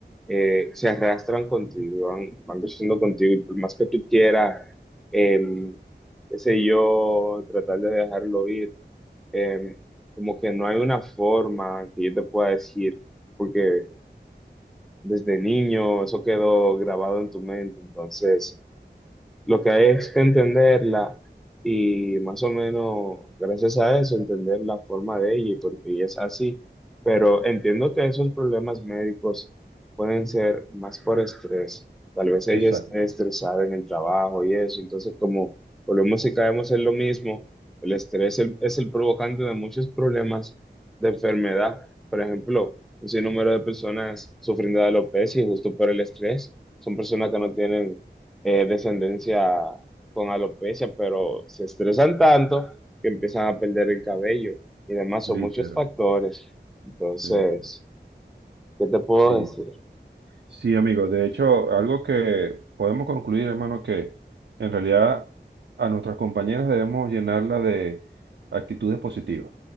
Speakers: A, in the centre; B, on the right (about 75°).
A: eh, se arrastran contigo, van, van creciendo contigo, y por más que tú quieras, em, qué sé yo, tratar de dejarlo ir, em, como que no hay una forma que yo te pueda decir, porque desde niño eso quedó grabado en tu mente, entonces... Lo que hay es que entenderla y más o menos gracias a eso entender la forma de ella y por qué ella es así. Pero entiendo que esos problemas médicos pueden ser más por estrés. Tal vez ella
B: exacto.
A: esté estresada en el trabajo y eso. Entonces, como volvemos y caemos en lo mismo, el estrés el- es el provocante de muchos problemas de enfermedad. Por ejemplo, un sinnúmero de personas sufriendo de alopecia y justo por el estrés. Son personas que no tienen eh, descendencia con alopecia, pero se estresan tanto que empiezan a perder el cabello y demás, son
B: Literal.
A: muchos factores. Entonces,
B: Sí, sí.
A: ¿qué te puedo
B: sí.
A: decir?
B: Sí, amigo. De hecho, algo que podemos concluir, hermano, que en realidad a nuestras compañeras debemos llenarla de actitudes positivas.